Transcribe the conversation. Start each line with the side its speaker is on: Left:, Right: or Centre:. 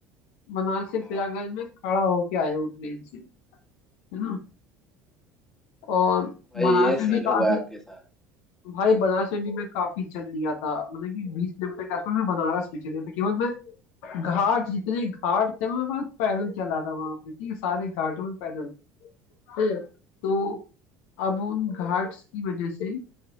Left: बनारस से प्रयागराज
Centre: हाँ
Left: में खड़ा होके आया हूँ ट्रेन से है ना और
Centre: भाई
Left: बनारस
Centre: ये
Left: में
Centre: सीन
Left: भी
Centre: हुआ
Left: काफी
Centre: आपके साथ
Left: भाई बनारस में भी मैं काफी चल लिया था मतलब कि बीस किलोमीटर के आसपास मैं बनारस में चले था केवल मैं घाट जितने घाट थे मैं बस पैदल चला था वहां पे ठीक है सारे घाटों में पैदल हम्म तो अब उन घाट्स की वजह से